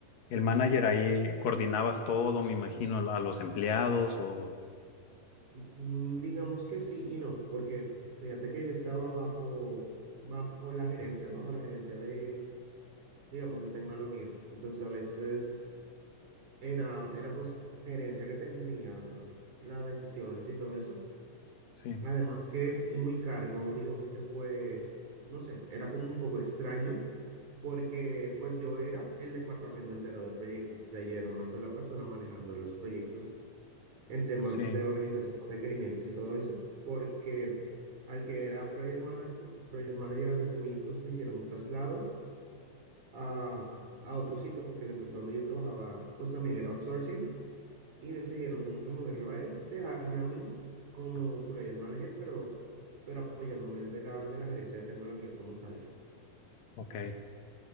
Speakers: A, on the left; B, on the right.
A: el manager ahí, coordinabas todo, me imagino, a los empleados o
B: Mm, Digamos que sí y no, porque fíjate que yo estaba bajo, bajo la gerencia, bajo la gerencia de digamos, de tecnología. Entonces, a veces era, era pues gerencia que tenía las decisiones y todo eso.
A: sí,
B: Además que en mi cargo, digamos que fue, no sé, era como un poco extraño, porque pues yo era el departamento entero de proyectos, o sea, yo era una sola persona manejando los proyectos en temas
A: sí,
B: de organización, requerimientos y todo eso, porque al que era project manager, project manager antes de mí, pues le hicieron un traslado a, a otro sitio porque la empresa donde yo trabajaba pues también era outsourcing y decidieron como que moverlo a él, dejarme a mí como project manager, pero, pero apoyándome de la, de la gerencia de tecnología como tal.
A: ok.